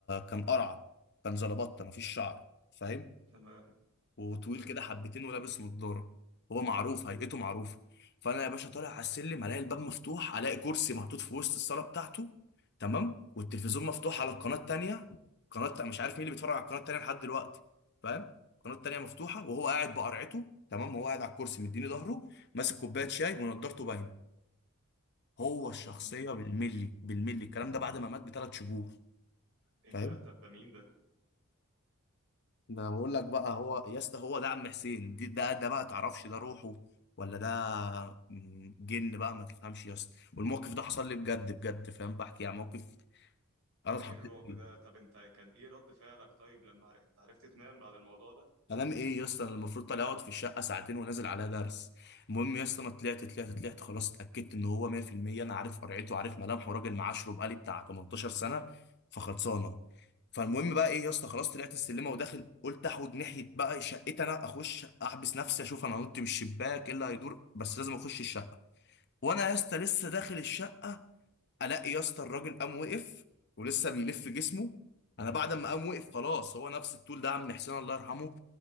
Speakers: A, on the left; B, on the right.
A: كان قرعه كان زلبطه مفيش شعر فاهم
B: تمام
A: وطويل
B: الله يرحمه
A: كده حبتين ولابس نضاره هو معروف هيئته معروفه فانا يا باشا طالع على السلم الاقي الباب مفتوح الاقي كرسي محطوط في وسط الصاله بتاعته تمام والتلفزيون مفتوح على القناه التانيه قناه مش عارف مين اللي بيتفرج على القناه التانيه لحد دلوقتي فاهم القناه التانيه مفتوحه وهو قاعد بقرعته تمام هو قاعد على الكرسي مديني ظهره ماسك كوبايه شاي ونضارته باينه هو الشخصيه
B: أمم.
A: بالملي بالملي الكلام ده بعد ما مات بثلاث شهور
B: ايه
A: فاهم.
B: ده طب ده مين ده
A: ده انا بقول لك بقى هو يا اسطى هو ده عم حسين دي ده ده بقى تعرفش ده روحه ولا ده مم، جن بقى ما تفهمش يا اسطى والموقف ده حصل لي بجد بجد فاهم بحكي يعني موقف
B: ده
A: انا اتحطيت
B: ايه الرعب
A: فيه
B: ده طب انت كان ايه رد فعلك طيب لما عر- انت عرفت تنام بعد الموضوع ده
A: انام ايه يا اسطى انا المفروض طالع اقعد في الشقه ساعتين ونازل على درس المهم يا اسطى انا طلعت طلعت طلعت خلاص اتاكدت ان هو 100% انا عارف قرعته عارف ملامحه راجل معاشره بقالي بتاع 18 سنه فخلصانه فالمهم بقى ايه يا اسطى خلاص طلعت السلمه وداخل قلت احوج ناحيه بقى شقتي انا اخش احبس نفسي اشوف انا نط من الشباك ايه اللي هيدور بس لازم اخش الشقه وانا يا اسطى لسه داخل الشقه الاقي يا اسطى الراجل قام وقف ولسه بيلف جسمه انا بعد ما قام وقف خلاص هو نفس الطول ده عم حسين الله يرحمه